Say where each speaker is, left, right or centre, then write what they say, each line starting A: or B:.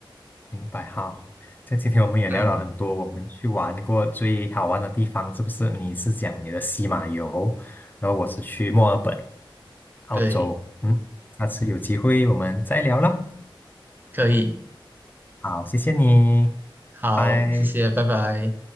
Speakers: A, on the left (about 20°); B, on the right (about 20°).
A: 明白。好，像今天我们也聊了很多，
B: 嗯，
A: 我们去玩过最好玩的地方，是不是？你是讲你的西马游，然后我是去墨尔本，澳洲。
B: 对，
A: 嗯，下次有机会我们再聊了。
B: 可以，
A: 好，谢谢你，
B: 好，
A: 拜
B: 谢谢，
A: 拜。
B: 拜拜。